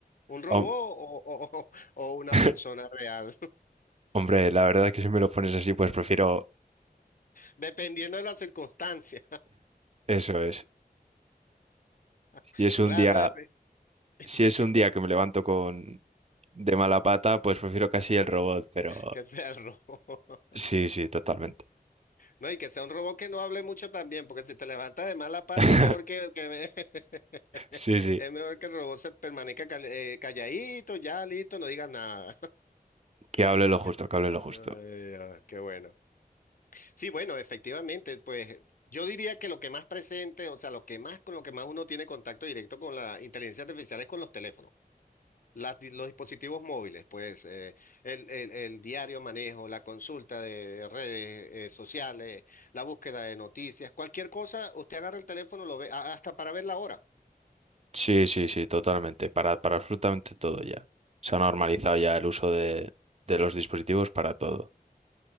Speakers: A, on the left (about 60°); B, on the right (about 40°).
A: ¿Un robot
B: Hom-
A: o, o o- o una
B: <laughs>
A: persona real?
B: Hombre, la verdad es que si me lo pones así, pues prefiero
A: Dependiendo de las circunstancias.
B: eso es.
A: <laughs>
B: Si es un
A: Claro,
B: día,
A: dep- <laughs>
B: si es un día que me levanto con de mala pata, pues prefiero casi el robot, pero
A: que sea el robo. <laughs>
B: sí, sí, totalmente.
A: No, y que sea un robot que no hable mucho también, porque si te levantas de mala pata,
B: <laughs>
A: es mejor que, que me- <laughs>
B: Sí, sí,
A: es mejor que el robot se permanezca cal- eh, calladito, ya listo, no digas nada.
B: que hable lo justo,
A: <laughs>
B: que hable lo
A: Ay,
B: justo.
A: ah, qué bueno. Sí, bueno, efectivamente, pues yo diría que lo que más presente, o sea, lo que más con lo que más uno tiene contacto directo con la inteligencia artificial es con los teléfonos. Las di- los dispositivos móviles, pues eh, el, el- el diario manejo, la consulta de redes eh, sociales, la búsqueda de noticias, cualquier cosa, usted agarra el teléfono, lo ve a- hasta para ver la hora.
B: Sí, sí, sí, totalmente. Para, para absolutamente todo ya. Se ha normalizado ya el uso de, de los dispositivos para todo.